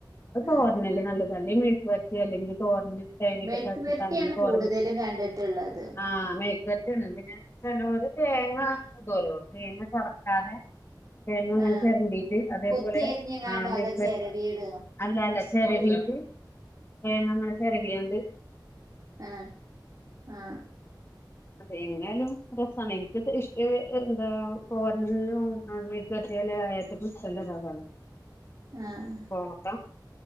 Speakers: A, on the left; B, on the right.
A: തോരനല്ലേ
B: ആഹ്
A: നല്ലത് അല്ലേ മെഴുക്കുപുരട്ടി അല്ലെങ്കിൽ തോരൻ തേങ്ങയൊക്കെ
B: മെഴുക്ക്
A: ചതച്ചിട്ട്
B: പുരട്ടിയാണ്
A: അങ്ങനെ തോരൻ
B: കൂടുതലും
A: വക്കും
B: കണ്ടിട്ടുള്ളത്
A: ആ മെഴുക്കുപരട്ടി ചിലോര് തേങ്ങ ഇതലോ തേങ്ങ ചൊറക്കാതെ തേങ്ങ ഇങ്ങനെ
B: ആഹ്
A: ചിരണ്ടീട്ട് അതേപോലെ
B: കൊത്തി അരിഞ്ഞെങ്ങാണ്ടോ
A: അ മെഴുക്കുപുരട്ടി
B: അതോ ചെരവിയിടോ
A: അല്ല ല്ല ചെരവീട്ട് തേങ്ങ ഇങ്ങനെ ചെരവിയൊണ്ട്
B: അ അ അ
A: അതെ എങ്ങനയാലും രസാണ് എനിക്ക് ഇഷ്ടം എന്താ തോരനും മെഴുക്കുപുരട്ടി ല്ല നേരത്തെ <unintelligible>
B: <inaudible> ആഹ്
A: പോക്ക